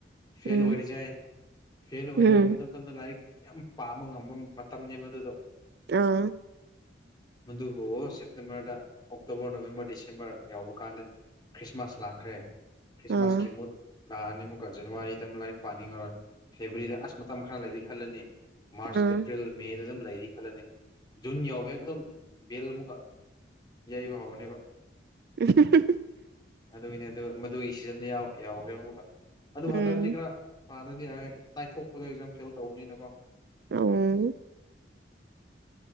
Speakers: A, on the left (about 25°); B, on the right (about 60°).
A: ꯐꯦꯜ
B: ꯎꯝ
A: ꯑꯣꯏꯔꯤꯁꯦ ꯌꯥꯏ ꯐꯦꯜ ꯑꯣꯏꯔꯒ
B: ꯎꯝ
A: ꯑꯗꯨ ꯃꯇꯝꯗ ꯂꯥꯏꯔꯤꯛ ꯌꯥꯝ ꯄꯥꯕ ꯉꯝꯕ ꯃꯇꯝꯅꯦꯕ ꯑꯗꯨꯗꯣ
B: ꯑꯥ
A: ꯃꯗꯨꯕꯨ ꯁꯦꯞꯇꯝꯕꯔꯗ ꯑꯣꯛꯇꯣꯕꯔ ꯅꯕꯦꯝꯝꯕꯔ ꯗꯤꯁ ꯗꯤꯁꯦꯝꯕꯔ ꯌꯥꯎꯕ ꯀꯥꯟꯗ ꯈ꯭ꯔꯤꯁꯃꯥꯁ ꯂꯥꯛꯈ꯭ꯔꯦ ꯈ꯭ꯔꯤꯁꯃꯥꯁꯀꯤ
B: ꯑꯥ
A: ꯃꯨꯠ ꯂꯥꯛꯑꯅꯤ ꯑꯃꯨꯛꯀ ꯖꯅꯋꯔꯤꯗ ꯂꯥꯏꯔꯤꯛ ꯄꯥꯅꯤꯡ ꯉꯔꯣꯏ ꯐꯦꯕꯋꯥꯔꯤꯗ ꯑꯁ ꯃꯇꯝ ꯈꯔ ꯂꯩꯔꯤ ꯈꯜꯂꯅꯤ ꯃꯥꯔꯆ
B: ꯑꯥ
A: ꯑꯦꯄ꯭ꯔꯤꯜ ꯃꯦꯗ ꯑꯗꯨꯝ ꯂꯩꯔꯤ ꯈꯜꯂꯅꯤ ꯖꯨꯟ ꯌꯥꯎꯒꯩ ꯑꯗꯨꯝ ꯕꯦꯜ ꯑꯃꯨꯛꯀ ꯌꯩꯕ ꯍꯧꯎꯔꯅꯦꯕ
B: <inaudible>
A: ꯑꯗꯨꯅꯦ ꯑꯗꯨ ꯃꯗꯨꯒꯤ ꯁꯤꯖꯟꯗ ꯌꯥꯎ ꯌꯥꯎꯈ꯭ꯔꯦ ꯑꯃꯨꯛꯀ
B: ꯎꯝ
A: ꯑꯗꯨꯕꯨ ꯍꯟꯗꯛꯇꯤ ꯈꯔ ꯄꯥꯗꯗꯤ ꯌꯥꯔꯣꯏ ꯂꯥꯏꯊꯣꯛꯄꯗꯣ ꯑꯦꯛꯖꯝ ꯐꯦꯜ ꯇꯧꯕꯅꯤꯅ ꯀꯣ
B: ꯑꯝ